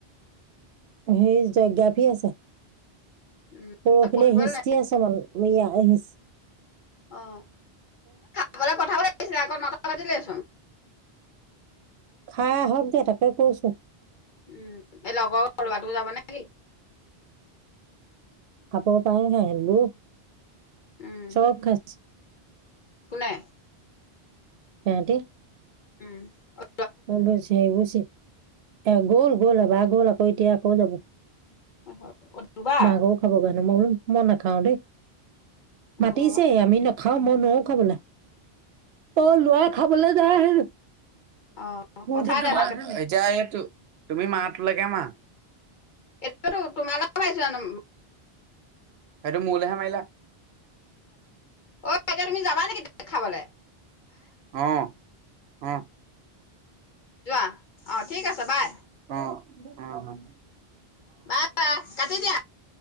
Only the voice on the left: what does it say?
উম
তাক পঢ়িবলৈ
নাই
অঁ, খাবলৈ পঠাব লাগিছিলে আক, নটা বাজিলেই চোন।
উম, এ লগৰ লোৰাটো যাব নে কি?
উম
কোনে?
অ'।
অ', দুবাৰ।
অ',
অ'
পঠাই
দে ভালকে
এইটোৱেট তোমাৰ লগত আহিছে জানো
অ' এতিয়া তুমি যাবা নেকি <unintelligible> খাবলে?
যোৱা অ' ঠিক আছে বাই।
বাহ, বাহ কাটি দিয়া।